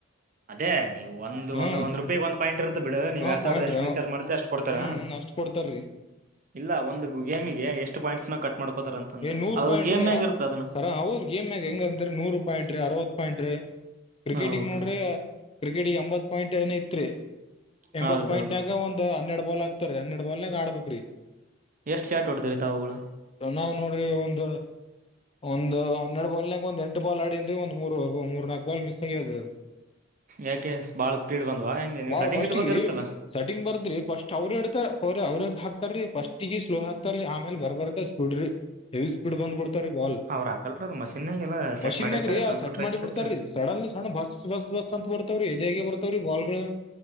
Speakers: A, on the right; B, on the left.
A: ಅದೇ ನೀವು ಒಂದ
B: ಹ್ಮ್
A: ಒಂದು ಒಂದ್ ರೂಪಾಯಗ್ ಒಂದ ಇಟ್ಟಿರ್ತ್ತ ಬಿಡು ನೀವು
B: ಹಾ
A: ಎರಡ್ ಸಾವಿರದ
B: ಪಾಯಿಂಟ್
A: ಎಷ್ಟು ರೀಚಾರ್ಜ್ ಮಾಡ್ತ ಅಷ್ಟ್ ಕೊಡ್ತಾರಾ
B: ಹ್ಮ್ ಅಷ್ಟ್ ಕೊಡ್ತಾರೀ
A: ಇಲ್ಲ ಒಂದು ಗೇಮಿಗೆ ಎಷ್ಟು ಪಾಯಿಂಟ್ಸ್ ನ ಕಟ್ ಮಾಡ್ಕೋತಾರ ಅಂತಂದ
B: ಏ ನೂರ್
A: ಅದು
B: ಪಾಯಿಂಟ್
A: ಗೇಮ್
B: ರೀ
A: ಮ್ಯಾಗ ಇರುತ್ತ ಅದನ್ನ
B: ಸರ ಅವೌದ ಗೇಮ್್ಯಾಗ ಹೆಂಗಂದ್ರರಿ ನೂರು ಪಾಯಿಂಟ್ ರೀ ಅರವತ್ ಪಾಯಿಂಟ್ ರೀ ಕ್ರಿಕೆಟಗ್
A: ಹೌದೌದು
B: ನೋಡ್ರಿ ಕ್ರಿಕೆಟಗ ಎಂಬತ್ ಪಾಯಿಂಟ್ ಏನ ಇತ್ರಿ ಎಂಬತ್
A: ಹೌದೌದು
B: ಪಾಯಿಂಟ್ನಾಗ ಒಂದ ಹನ್ನೆರಡ್ ಬಾಲ್ ಆಾತರಿ ಹನ್ನೆರಡ್ ಬಾಲ್ನಾಗ ಆಡ್ಬಬೇಕಕ್ರೀ
A: ಎಷ್ಟು ಚಾಟ್ ಹೊಡತ ರ ತಾವುಗಳು.
B: ನಾವವು್ ನೋಡ್ರಿ ಒಂದು ಒಂದು್ ಹನ್ನೆರಡು ಬಾಲ್ನಾಗ ಒಂದ ಎಂಟು ಬಾಲ್ ಆಡನ್ ಒಂದ್ ಮೂರು ಮೂರ್ ನಕಕ್ ಬಾಲ್ ಮಿಸ್ ಆಗ್ಯದದು
A: ಯಾಕೆ ಸ್- ಬಾಳ ಸ್ಪೀಡ್ ಬಂದ್ವಾ ಹೆಂಗೆ ನೀವು
B: ಬಾಳ
A: ಸೆಟ್ಟಿಂಗ್
B: ಸ್ಟ್ಗಿ್ರೀ
A: ಇಟ್ಕೋದಿರುತ್ತಲ್ಲ
B: ಸೆಟಿಂಗ್ ಬರ್ದ್ರಿ ಫಸ್ಟ್ ಅವರು ಹೇಳ್ತಾರ ಅವ್ರಗ್ ಹಾಕ್ತಾರೀ ಫಸ್ಟ್ಗ ಸ್ಲೋ ಹಾಕ್ತಾರೀ ಆಮೇಲೆ ಬರ್ಬರ್ತ್ತ ಸ್ಪೀಡ್್ರೀ ಹೆವಿ ಸ್ಪೀಡ್ ಬಂದ್ಬಿಡ್ತಾರೀ ವಾಲ್
A: ಅವ್ರು ಹಾಕಲ್ರ ಅದು ಮಷೀನ್ಗೆಲ್ಲ ಸೆಟ್
B: ಮಷಿನ್ಾಗ
A: ಮಾಡಿರ್ತಾರೆ
B: ರೀ
A: ಕಂಪ್ಯೂಟರೈಸ್ಡ್
B: ಸೆಟ್ ಮಾಡಿ
A: ಇರುತ್ತೆ
B: ಬಿಿಡ್ತಾರೀ ಸಡನ್ಲಿ ಸಣ್ಣ ಬಸ್ ಬಸ್ ಬಸ್ ಅಂತ ಬರ್ತವ್ರೀ ಇದ ಹೇಗೆ ಬರ್ತಾವ್ರಿ ಬಾಲ್ಗಳು